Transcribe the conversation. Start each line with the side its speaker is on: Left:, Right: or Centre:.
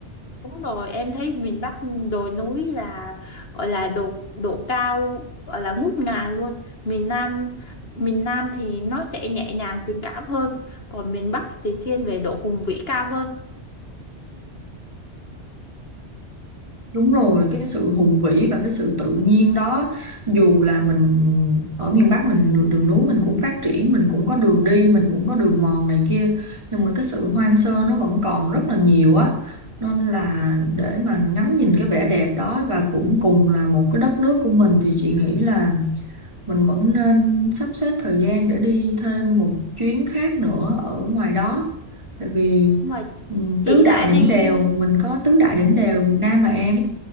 Left: Đúng rồi, em thấy miền Bắc đồi núi là gọi là độ độ cao gọi là ngút ngàn luôn. Miền Nam miền Nam thì nó sẽ nhẹ nhàng tình cảm hơn, còn miền Bắc thì thiên về độ hùng vĩ cao hơn.
Right: Đúng rồi, cái sự hùng vĩ và cái sự tự nhiên đó dù là mình ở miền Bắc mình nửa- đường núi mình cũng phát triển, mình cũng có đường đi, mình cũng có đường mòn này kia nhưng mà cái sự hoang sơ nó vẫn còn rất là nhiều á nên là để mà ngắm nhìn cái vẻ đẹp đó và cũng cùng là một cái đất nước của mình thì chị nghĩ là mình vẫn nên sắp xếp thời gian để đi thêm một chuyến khác nữa ở ngoài đó tại vì
Left: Nhưng mà
Right: ừ,
Left: chị
Right: tứ đại
Left: đã
Right: đỉnh
Left: đi
Right: đèo mình có tứ đại đỉnh đèo Việt Nam mà em